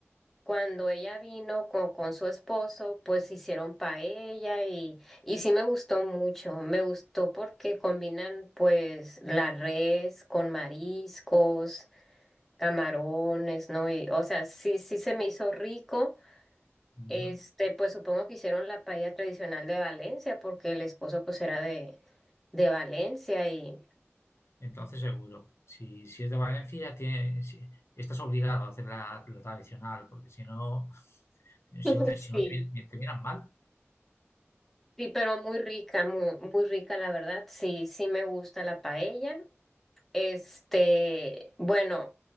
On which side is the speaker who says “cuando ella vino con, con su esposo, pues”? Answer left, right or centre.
Centre